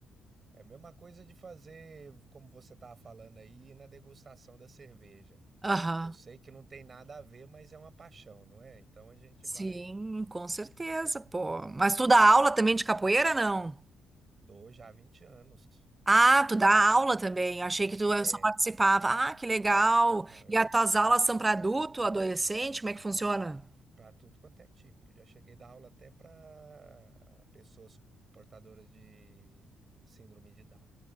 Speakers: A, on the right; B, on the right.
A: é a mesma coisa de fazer, como você estava falando aí, ir na degustação da cerveja.
B: Aham.
A: Eu sei que não tem nada a ver, mas é uma paixão, não é? Então a gente
B: Sim,
A: vai
B: com certeza, pô. Mas tu dá aula também de capoeira, não?
A: dou já há 20 anos.
B: Ah, tu dá aula também. Achei que tu
A: É,
B: só participava. Ah, que legal.
A: não, eu
B: E as tuas aulas são para adulto, adolescente? Como é que funciona?
A: para tudo quanto é tipo. Já cheguei a dar aula até para pessoas portadoras de síndrome de Down.